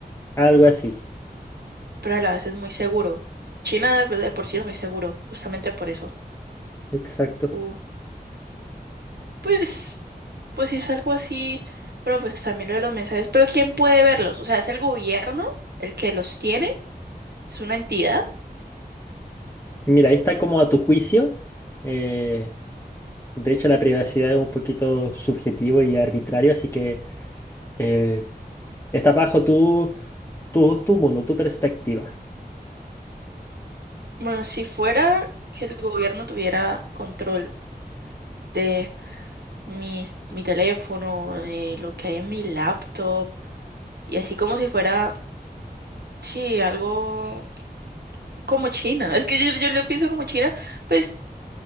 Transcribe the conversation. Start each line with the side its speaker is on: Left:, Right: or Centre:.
Left: Algo así,
Right: pero a la vez es muy seguro. China de de por sí es muy seguro, justamente por eso.
Left: exacto.
Right: Uh, Pues, pues si es algo así, bueno, pues también lo de los mensajes, pero ¿quién puede verlos? O sea, ¿es el gobierno el que los tiene? ¿Es una entidad?
Left: Mira, ahí está como a tu juicio. eh, de hecho, la privacidad es un poquito subjetivo y arbitrario, así que eh, está bajo tu, tu, tu mundo, tu perspectiva.
Right: Bueno, si fuera que el gobierno tuviera control de mis, mi teléfono, de lo que hay en mi laptop, y así como si fuera, sí, algo como China, es que yo, yo lo pienso como China, pues,